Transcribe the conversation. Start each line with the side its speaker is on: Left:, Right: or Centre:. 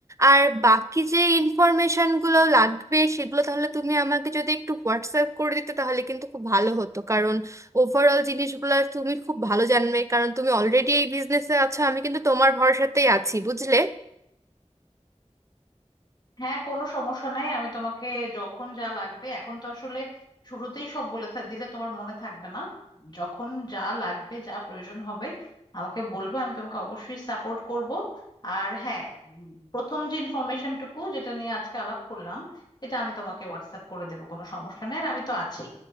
Right: আর বাকি যে ইনফরমেশনগুলো লাগবে সেগুলো তাহলে তুমি আমাকে যদি একটু হোয়াটসঅ্যাপ করে দিতে তাহলে কিন্তু খুব ভালো হতো কারণ ওভারঅল জিনিসগুলো তুমি খুব ভালো জানবে কারণ তুমি অলরেডি এই বিজনেসে আছো আমি কিন্তু তোমার ভরসাতেই আছি বুঝলে
Left: হ্যাঁ কোনো সমস্যা নাই আমি তোমাকে যখন যা লাগবে এখন তো আসলে শুরুতেই সব বলে থা- দিলে তোমার মনে থাকবে না যখন যা লাগবে যা প্রয়োজন হবে আমাকে বলবে আমি তোমাকে অবশ্যই সাপোর্ট করব আর হ্যাঁ উম, প্রথম যে ইনফরমেশনটুকু যেটা নিয়ে আজকে আলাপ করলাম এটা আমি তোমাকে হোয়াটসঅ্যাপ করে দেবো কোনো সমস্যা নেই আর আমি তো আছি